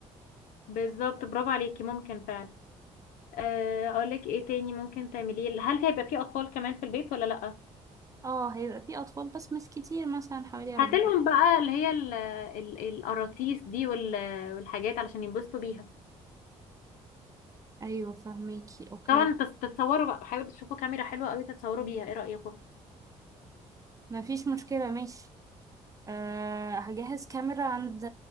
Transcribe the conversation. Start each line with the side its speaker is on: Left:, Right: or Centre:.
Left: بالظبط برافو عليكي ممكن فعلا آه، اقول لك ايه تاني ممكن تعمليه هل هيبقى في اطفال كمان في البيت ولا لا
Right: اه هيبقى فيه أطفال بس مش كتير مثلا حوالي أربعة
Left: هاتلهم بقى اللي هي ال- ال- القراطيس دي وال- والحاجات علشان ينبسطوا بيها
Right: أيوه فهميكي أوكي
Left: طبعا تتصوروا بقى حاولوا تشوفوا كاميرا حلوه قوي تتصوروا بيها ايه رايكم
Right: مفيش مشكلة ماشي أه هجهز كاميرا عند